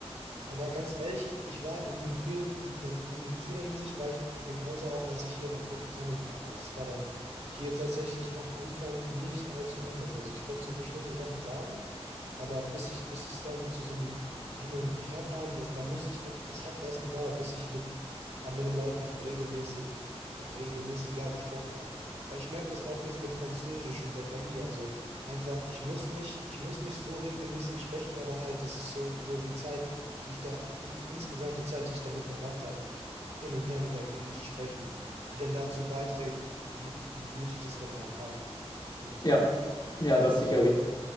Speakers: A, on the right; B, on the left.
A: aber ganz ehrlich, ich, ich war in, in vielen, äh, in, in vieler Hinsicht war ich genauso auch, als ich hier nach Großbritannien kam. Also es war dann hier tatsächlich am Anfang nicht allzu anders. Also ich konnte so bestimmte Sachen sagen, Aber bis ich, bis es dann zu so einem Hin und Her kam, das, da musste ich, das, hat erst gedauert, bis ich mit anderen Leuten regelmäßig, regelmäßiger gesprochen habe. Weil ich merke das auch jetzt mit Französisch und der KI. Also einfach, ich muss nicht, ich muss nicht so regelmäßig sprechen, aber halt, es ist so, so die Zeit, die ich da, die insgesamt die Zeit, die ich damit verbracht habe, hin und her mit der KI zu sprechen, die dann dazu beiträgt, wie, wie gut ich das dann halt kann. Und
B: ja, ja, das sicherlich.